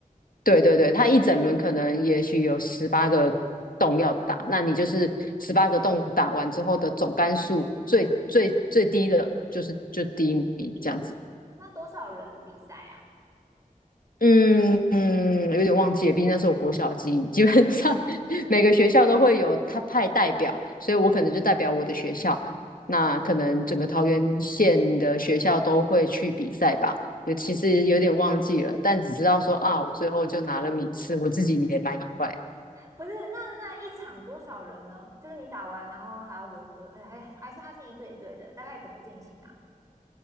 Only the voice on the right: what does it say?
那多少人比赛啊？
不是，那那一场多少人呢？就是你打完，然后还要轮多，呃还还是它是一对一对的，大概怎么进行啊？